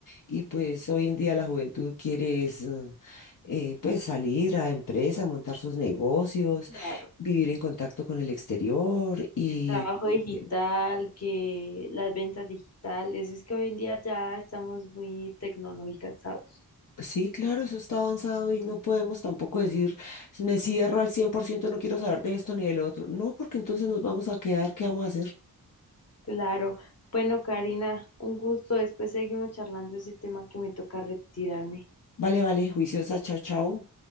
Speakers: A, on the left; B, on the left.
A: Y pues hoy en día la juventud quiere es, eh, eh, pues salir a empresa, montar sus negocios,
B: Claro,
A: vivir en contacto con el exterior y
B: el trabajo digital,
A: eh,
B: que las ventas digitales, es que hoy en día ya estamos muy tecnologizados.
A: sí, claro, eso está avanzado y no podemos tampoco decir, me cierro al 100%, no quiero saber de esto ni del otro. No, porque entonces nos vamos a quedar, ¿qué vamos a hacer?
B: Claro. Bueno, Karina, un gusto. Después seguimos charlando ese tema que me toca retirarme.
A: Vale, vale, juiciosa, chao, chao.